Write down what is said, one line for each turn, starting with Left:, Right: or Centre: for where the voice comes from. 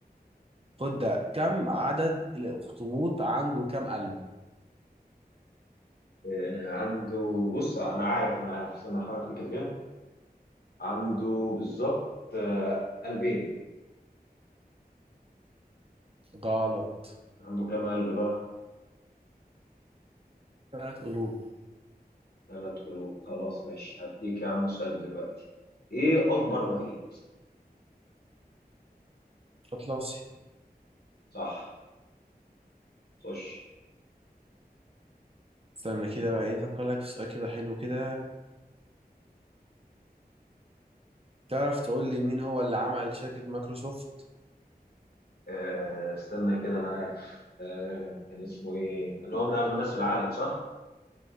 Right: خد ده كم عدد الأخطبوط عنده كم قلب؟
Left: آه، عنده بص انا عارف انا عارف استنى احاول افتكر كده عنده بالظبط آه، قلبين
Right: غلط
Left: عنده كام قلب بقى
Right: ثلاث قلوب
Left: ثلاث قلوب خلاص ماشي هديك يا عم سؤال دلوقتي ايه اكبر محيط
Right: أطلسي
Left: صح خش
Right: استنى كده بقى إيه أفكر لك في سؤال كده حلو كده تعرف تقول لي مين هو اللي عمل شركة مايكروسوفت؟
Left: آه، استنى كده انا عارف آه، كان اسمه ايه اللي هو من اغنى الناس في العالم صح